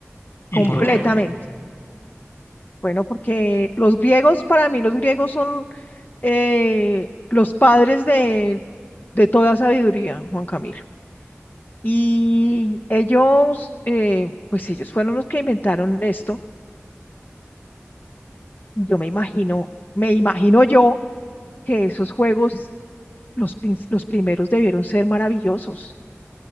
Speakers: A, on the left; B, on the left.
A: ¿Y
B: completamente.
A: por qué?
B: Bueno, porque los griegos, para mí los griegos son eh, los padres de, de toda sabiduría, Juan Camilo. Y ellos, eh, pues ellos fueron los que inventaron esto. Yo me imagino, me imagino yo que esos juegos, los, prin- los primeros debieron ser maravillosos.